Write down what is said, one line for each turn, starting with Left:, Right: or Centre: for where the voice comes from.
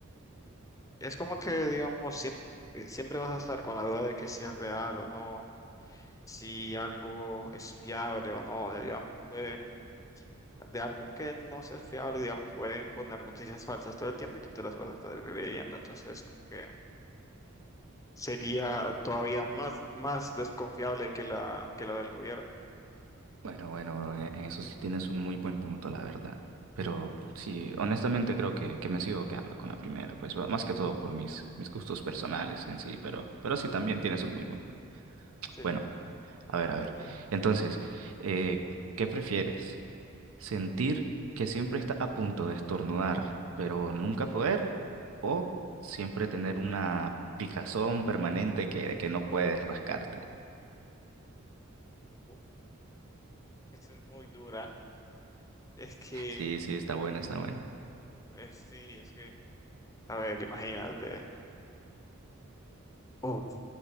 Left: es como que, digamos, siempre, siempre vas a estar con la duda de que si es real o no, si algo es fiable o no, digamos, pueden, de algo que no sea fiable, digamos, pueden poner noticias falsas todo el tiempo y tú te las vas a estar creyendo, entonces, como que sería todavía más, más desconfiable que la, que la del gobierno.
Right: Bueno, bueno, bro, en en eso sí tienes un muy buen punto, la verdad. Pero sí, honestamente creo que, que me sigo quedando con la primera, pues bueno, más que todo por mis, mis gustos personales en sí, pero, pero sí también tienes un muy buen punto.
Left: Sí,
Right: Bueno,
Left: claro.
Right: a ver, a ver. Entonces, eh, ¿qué prefieres? ¿Sentir que siempre está a punto de estornudar, pero nunca poder? ¿O siempre tener una picazón permanente que, que no puedes rascarte?
Left: Uf, Esta es muy dura. Es que,
Right: Sí, sí, está buena, está buena.
Left: eh, sí, es que, a ver, imagínate. Uf,